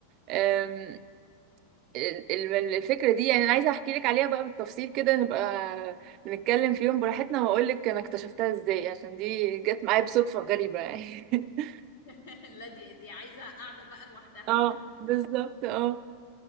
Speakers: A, on the right; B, on the left.
A: أم، ال- ال- الفكره دي يعني انا عايزه احكي لك عليها بقى بالتفصيل كده نبقى بنتكلم في يوم براحتنا واقول لك انا اكتشفتها ازاي عشان دي جت معايا بصدفه غريبه يعني <laughs>
B: <laughs> لا دي دي عايزة قاعدة بقى لوحدها
A: اه بالظبط اه